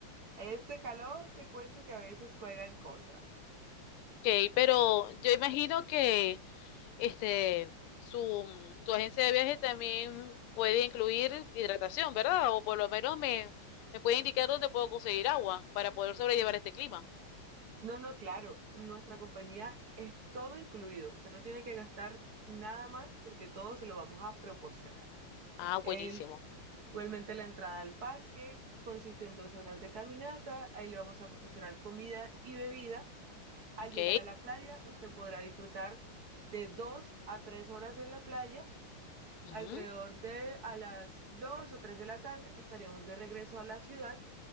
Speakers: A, on the right (about 55°); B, on the left (about 85°).
A: este calor te cuento que a veces juega en contra.
B: Ok, pero yo imagino que Este, su, tu agencia de viaje también puede incluir hidratación, ¿verdad? O por lo menos me, me puede indicar dónde puedo conseguir agua para poder sobrellevar este clima.
A: No, no, claro, nuestra compañía es todo incluido. Usted no tiene que gastar nada más porque todo se lo vamos a proporcionar.
B: Ah,
A: El,
B: buenísimo.
A: igualmente la entrada al parque consiste en dos horas de caminata, ahí le vamos a proporcionar comida y bebida Al
B: Ok.
A: llegar a la playa, usted podrá disfrutar de dos a tres horas en la playa.
B: Ujú,
A: Alrededor de a las dos o tres de la tarde estaríamos de regreso a la ciudad